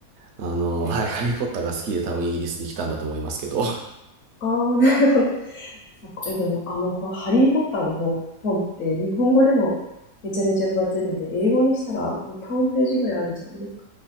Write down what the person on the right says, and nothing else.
あの、はい、ハリーポッターが好きで多分イギリスに来たんだと思いますけど。